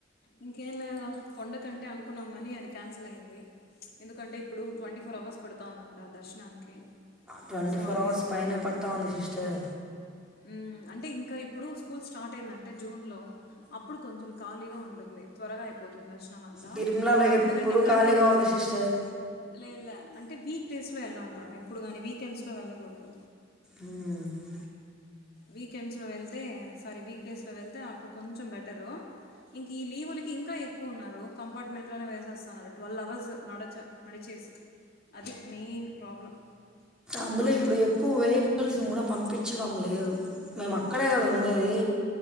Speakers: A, on the left; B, in the centre.
A: ఇంకేం లేదురా కొండకంటే అనుకున్నాం గానీ అది క్యాన్సిల్ అయ్యింది మ్చ్ ఎందుకంటే ఇప్పుడు ట్వంటీ ఫోర్ అవర్స్ పెడుతుందంట దర్శనానికి
B: ట్వంటీ
A: సో
B: ఫోర్
A: అది
B: అవర్స్ పైనే పడతా ఉంది సిస్టర్
A: ఉమ్మ్ అంటే ఇంకా ఇప్పుడు స్కూల్ స్టార్ట్ అయిందం అంటే జూన్ లో అప్పుడు కొంచెం ఖాళీగా ఉంటుంది త్వరగా అయిపోతుంది అష్ ఆమె అన్నద
B: తిరుమలలో ఎప్పుడు
A: ఎందుకంటే ఇంకా
B: ఖాళీగా
A: అన్నీ
B: అవుతుంది సిస్టర్
A: లేలే అంటే వీక్ డేస్ లో వెళ్ళరా ఎప్పుడు గానీ వీకెండ్స్ లో వెళ్లగుడదు
B: ఉమ్మ్
A: వీకెండ్స్లో వెళ్తే సారీ వీక్ డేస్లో వెళ్తే అప్పుడు కొంచెం బెటరు ఇంక ఈ లీవులకి ఇంకా ఎక్కువ ఉన్నారు కంపార్ట్మెంట్ లోనే వేసేస్తున్నారు ట్వెల్వ్ అవర్స్ నడచ నడిచి చేసి అది మెయిన్ ప్రాబ్లమ్
B: అందులో ఇప్పుడు ఎక్కువ వెహికల్స్ గూడ పంపించ్ పిచ్చడం లేదు మేము అక్కడే
A: ఆ!
B: గదా ఉండేది